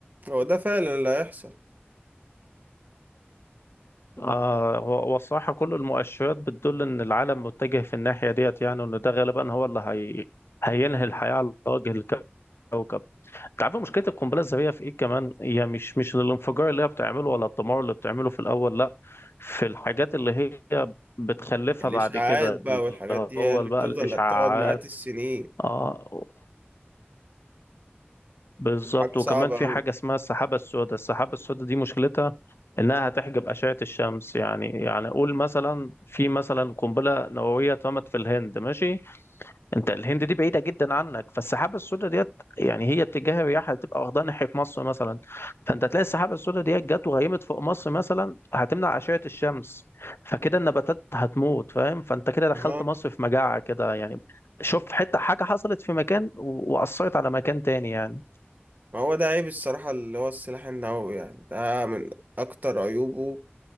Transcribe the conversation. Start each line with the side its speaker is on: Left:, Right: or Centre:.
Right: هو ده فعلا اللي هيحصل يعني
Left: آه هو هو الصراحة كل المؤشرات بتدل إن العالم متجه في الناحية ديت يعني وإن ده غالبا هو اللي هي... هينهي الحياة على وجه الكوكب. أنت عارف مشكلة القنبلة الذرية في إيه كمان؟ هي مش مش الانفجار اللي هي بتعمله ولا الدمار اللي بتعمله في الأول، لأ في الحاجات اللي هي بتخلفها
Right: الإشاعات
Left: بعد كده
Right: بقى
Left: اللي
Right: والحاجات دي
Left: هو
Right: هي اللي
Left: بقى
Right: بتفضل
Left: الإشعاعات
Right: تقعد مئات السنين
Left: آه بالظبط
Right: حاجة
Left: وكمان
Right: صعبة
Left: في
Right: أوي
Left: حاجة اسمها السحابة السوداء السحابة السوداء دي مشكلتها إنها هتحجب أشعة الشمس يعني يعني قول مثلا في مثلا قنبلة نووية اترمت في الهند ماشي أنت الهند دي بعيدة جدا عنك فالسحابة السوداء ديت يعني هي اتجاه الرياح هتبقى واخدها ناحية مصر مثلا فأنت تلاقي السحابة السوداء ديت جت وغيمت فوق مصر مثلا هتمنع أشعة الشمس فكده النباتات هتموت فاهم فأنت كده دخلت
Right: تمام
Left: مصر في مجاعة كده يعني شوف حتة حاجة حصلت في مكان و- وأثرت على مكان تاني يعني
Right: ما هو ده عيب الصراحة اللي هو السلاح النووي يعني ده من أكتر عيوبه